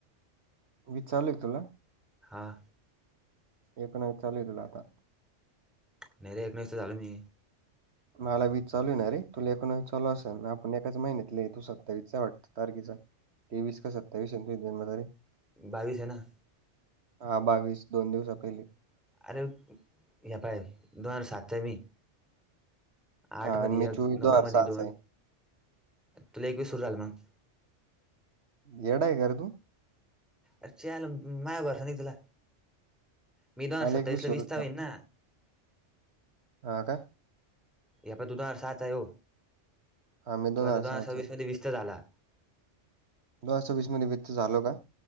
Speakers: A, on the right; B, in the centre.
A: विस चालूयं का तुला?
B: हां.
A: एकोणावीस चालू आहे तुला आता.
B: नाहीेरे एकोणावीसचा झालो मी.
A: मला वीस चालूये ना रे. तुला एकोणावीस चालू असेल, आपण एकाच महिन्यातले. तू सत्तावीसचा वाटत तारखेचा. तेवीस का सत्तावीस ना तुझी जन्म तारीख.
B: बावीस आहे ना.
A: हा बावीस, दोन दिवसा पहिले.
B: अरे हे पाय दोन हजार सातचा मी आठ
A: हा
B: मध्ये
A: आणि मी
B: एक,
A: चोवीस
B: नऊ
A: दोन हजार
B: मध्ये
A: सहाचा
B: दोन,
A: आहे
B: तुला एकवीसच झालं मग.
A: येडा आहे कारे तु?
B: अरे! च्यायला मायवर भरोसा नाही तुला, मी दोन हजार
A: मला
B: सत्तावीसला
A: एकवीस सुरू
B: विसचा होईन ना.
A: हा का?
B: हे पाय तू दोन हजार सहा आहे हो,
A: हा मी
B: तू आता दोन
A: सहाचा
B: हजार सव्वीस
A: आहे
B: मध्ये विसचा झाला.
A: दोन हजार सव्वीस मध्ये वीस चा झालो का?